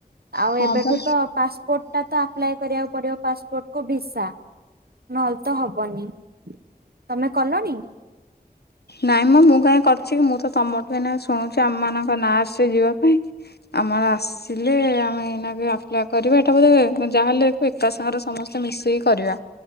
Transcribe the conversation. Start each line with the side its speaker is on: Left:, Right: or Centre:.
Right: ଆଉ
Left: ହଁ
Right: ଏବେଠୁ
Left: ବା
Right: ତ ପାସପୋର୍ଟ ଟା ତ ଆପ୍ଲାଏ କରିବାକୁ ପଡିବ, ପାସପୋର୍ଟ କୁ ଭିସା ନହେଲେ ତ ହବନି। ତମେ କଲଣି?
Left: ନାଇଁ ମ ମୁଁ କାଇଁ କରିଚିକି ମୁଁ ତ ତମଠୁ ଏଇନା ଶୁଣୁଛି ଆମ ମାନଙ୍କ ନା ଆସି ଯିବା ପାଇଁ। ଆମର ଆସିଲେ ଆମେ ଏଇନା କେ ଆପ୍ଲାଏ କରିବା ଏଇଟା ବୋଧ ଯାହାହେଲେ ଏକା ସାଙ୍ଗରେ ସମସ୍ତେ ମିଶେଇିକି କରିବା